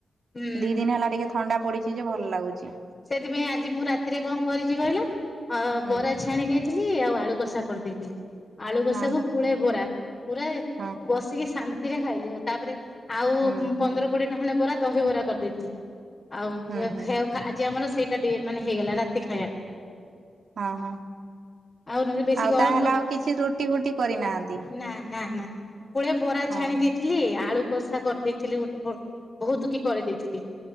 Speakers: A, on the left; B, on the right.
A: ହୁଁ
B: ଦି ଦିନି ହେଲା ଟିକେ ଥଣ୍ଡା ପଡିଚି ଯେ ଭଲ୍ ଲାଗୁଚି।
A: ସେଇଥିପାଇଁ ଆ ଆଜି ମୁଁ ରାତିରେ କଣ କରିଚି କହିଲ ଅ-
B: ହୁଁ
A: ବରା ଛାଣି ଦେଇଥିଲି ଆଉ ଆଳୁ କଷା କରିଦେଇଥିଲି। ଆଳୁ କଷାକୁ
B: ହଁ ହଁ
A: ପୁଳାଏ ବରା ପୁରା ଏ
B: ହଁ।
A: ବସିକି ଶାନ୍ତିରେ ଖାଇଲୁ। ତାପରେ ଆଉ
B: ହୁଁ
A: ପନ୍ଦର କୋଡିଏ ଟା ଖଣ୍ଡେ ବରା ଦହିିବରା କରିଦେଇଥିଲି ଆଉ
B: ହୁଁ
A: ଝିଅ
B: ହୁଁ
A: ଖାଇବାକୁ ଆଜି ଆମର ସେଇଟା ଟିକେ ମାନେ ହେଇଗଲା ରାତି ଖାଇବା।
B: ହଁ ହଁ।
A: ଆଉ ନହେଲେ ବେଶୀ
B: ଆଉ
A: ଗରମ
B: ତାହେଲେ ଆଉ କିଛି ରୋଟି ଫୁଟି କରିନାହାନ୍ତି?
A: ନା ନା ନା ପୁଳେ ବରା
B: ହଁ
A: ଛାଣି ଦେଇଥିଲି ଆଳୁ କଷା କରିଦେଇଥିଲି ଗୋଟେ ବ-ବହୁତ୍ କି କରିଦେଇଥିଲି।